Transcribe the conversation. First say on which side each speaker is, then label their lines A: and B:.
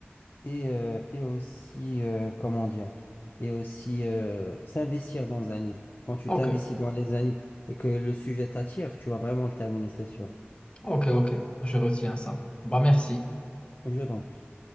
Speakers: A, on the left (about 45°); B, on the left (about 25°).
A: et, euh, et aussi, euh, comment dire, et aussi euh, s'investir dans un livre. Quand tu
B: Ok,
A: t'investis dans les, un livre et que le sujet t'attire, tu vas vraiment le terminer, c'est sûr.
B: ok, ok, je retiens ça. Bah merci.
A: Je t'en prie.